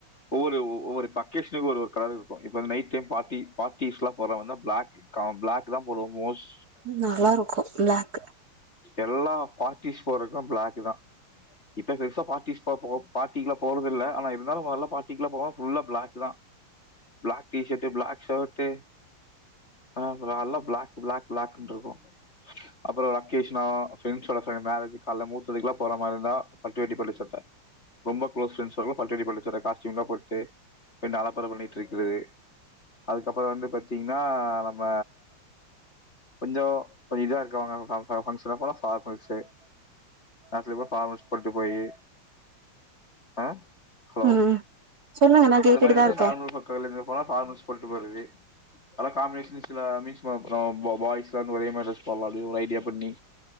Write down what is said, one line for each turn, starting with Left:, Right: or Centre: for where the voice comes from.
Left: ஒவ்வொ ஒவ்வொரு பக்கிஸ்ட்டுக்கு ஒரு ஒரு கலரு இருக்கு இப்ப நைட் டைம் பார்டி பார்டிஸ்லா போறா வா ப்ளாக் காவ் ப்ளாக் தா போடுவ மோஸ்
Right: நல்லா இருக்கு ப்ளாக்
Left: எல்லா பார்ட்டிஸ் போறக்கு ப்ளாக் தா இப்ப பெருசா பார்ட்டிஸ் போ பார்ட்டிக்லா போறதில்ல ஆனா இருந்தாலு முதல்ல பாட்டிக்லா போவம் ஃபுல்லா ப்ளாக் தா ப்ளாக் டீசட்டு ப்ளாக் ஷேர்டு அ நல்லா ப்ளாக் ப்ளாக் ப்ளாக்ன்ருக்கு அப்பற என்கேஸ்னா ஃப்ரண்ஸோட ஃப்ரண்ட் மேரஜ் கால மூத்ததுக்குல போற மாரி இருந்தா பன்ரேட்டிட்டி போட்ட சட்ட ரொம்ப க்ளோஸ் ஃப்ரெண்ட்ஸ் பட்டுரெட்டி பட்டு சட்ட காஸ்டியும்லா போட்டுட்டு அலப்பர பண்ணிட்டு இருக்கறது அதுக்கப்பற வந்து பாத்தீங்ன்னா அ நம்ப கொஞ்ச போய் இது வாங்ட்டுவாங்க சாப்ட ஸ்ரகோ ஃபார்மல்ஷேஅதுக்கபற பார்மல்ஸ் போட்டு போயி ஆ ஹலோ
Right: ம் சொல்லுங்க நா கேட்டுட்டுதா
Left: அந்த மாதிரி வந்து
Right: இருக்கே
Left: நார்மல் பக்க இருந்து போனா பார்ல்ஸ் சொல்லிட்டு போறதித அதல்ல காம்பினேஷன்ல மீன்ஸ்ம் பாய்ஸ் இருந்து ஒரே மாதிரி ட்ரெஸ் போடலா அப்படி ஒரு ஐடியா ப்பட்டி